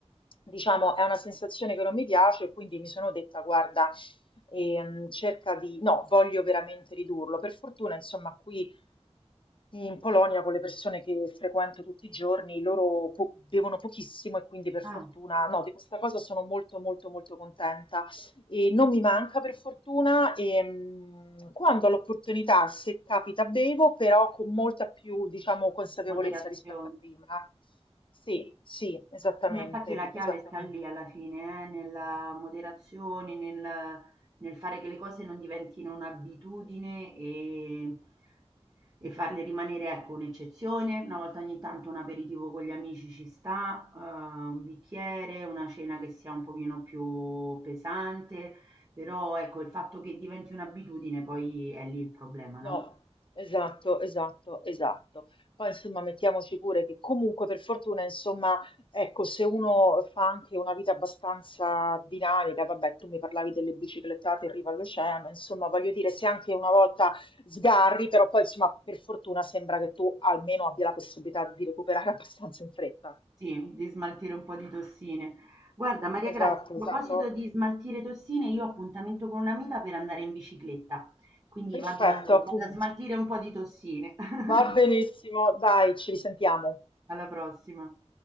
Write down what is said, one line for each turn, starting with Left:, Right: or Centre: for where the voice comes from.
Left: diciamo è una sensazione che non mi piace, e quindi mi sono detta, guarda, ehm, cerca di, no, voglio veramente ridurlo. Per fortuna, insomma, qui. Sì, In Polonia, con le persone che frequento tutti i giorni, loro po- bevono pochissimo e quindi per
Right: Ah,
Left: fortuna, no, di questa cosa sono molto molto molto contenta e non mi manca per fortuna e mh, quando ho l'opportunità, se capita, bevo, però con molta più, diciamo, consapevolezza
Right: moderazione.
Left: rispetto a prima. Sì, sì, esattamente,
Right: Sì, Ma infatti la chiave
Left: esattamente.
Right: sta lì alla fine, eh, nella moderazione, nel, nel fare che le cose non diventino un'abitudine e e farli rimanere, ecco, un'eccezione, una volta ogni tanto un aperitivo con gli amici ci sta, ehm, un bicchiere, una cena che sia un pochino più pesante, però ecco, il fatto che diventi un'abitudine poi è lì il problema, no?
Left: No, esatto, esatto, esatto. Poi insomma mettiamoci pure che comunque per fortuna insomma ecco se uno fa anche una vita abbastanza dinamica, vabbè tu mi parlavi delle biciclettate in riva all'oceano, insomma voglio dire se anche una volta sgarri però poi insomma per fortuna sembra che tu almeno abbia la possibilità di recuperare <laughs> abbastanza in fretta.
Right: Sì, di smaltire un po' di tossine. Guarda, Maria Grazia,
Left: Esatto,
Right: a proposito
Left: esatto.
Right: di smaltire tossine, io ho appuntamento con un'amica per andare in bicicletta, quindi
Left: Perfetto,
Right: vado,
Left: appunto.
Right: vado a smaltire un po' di tossine. <laughs>
Left: Va benissimo, dai, ci risentiamo.
Right: Alla prossima.